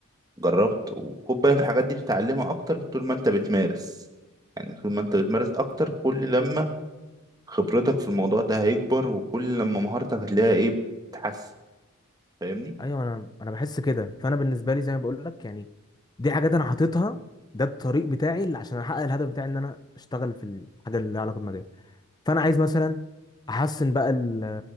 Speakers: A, on the right; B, on the left.
A: جربت وخد بالك الحاجات دي بتتعلمها اكتر طول ما انت بتمارس يعني طول ما انت بتمارس اكتر كل لما خبرتك في الموضوع ده هيكبر وكل لما مهارتك هتلاقيها ايه بتتحسن فاهمني
B: ايوه انا انا بحس كده فانا بالنسبه لي زي ما بقول لك يعني دي حاجات انا حاططها ده الطريق بتاعي اللي عشان احقق الهدف بتاعي ان انا اشتغل في الحاجه اللي لها علاقه بمجالي فانا عايز مثلا احسن بقى ال-